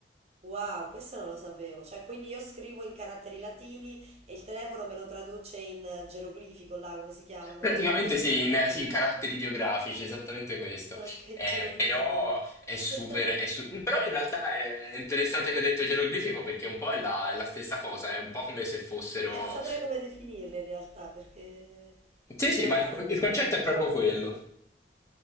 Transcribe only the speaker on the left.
Praticamente
sì, in, sì, in caratteri
ideografici, esattamente questo.
Eh,
però
è super.
è su- Però in realtà è interessante che hai detto geroglifico perché un po' è la, è la stessa cosa, è un po' come se fossero.
Sì,
sì, ma il, con-
il concetto è proprio
quello.